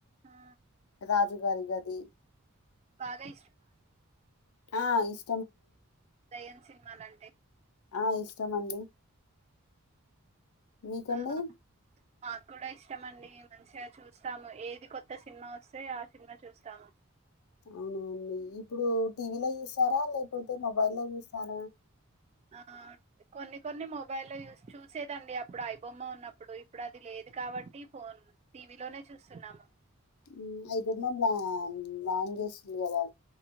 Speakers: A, on the right; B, on the left.
A: ఆ
B: రాజుగారి గది
A: బాగా
B: ఆ ఇస్
A: దయం సినిమాలంటే
B: ఆ ఇష్టమండి మీ కండి
A: ఆ మాకు కూడా ఇష్టమండి మంచిగా చూస్తాము ఏది కొత్త సినిమా వస్తే ఆ సినిమా చూస్తాము
B: అవునండి ఇప్పుడు టీవీలో చూస్తారా లేకపోతే మొబైల్లో చూస్తారా
A: ఆ కొన్ని కొన్ని మొబైల్ లో చూస్ చూసేదండి అప్పుడు ఐబొమ్మ ఉన్నప్పుడు ఇప్పుడు అది లేదు ఇది కాబట్టి ఫోన్ టీవీ లోనే చూస్తున్నాము
B: హ్మ్ అది ప్రెగ్నెంట్ లా <unintelligible> చేసింది కదా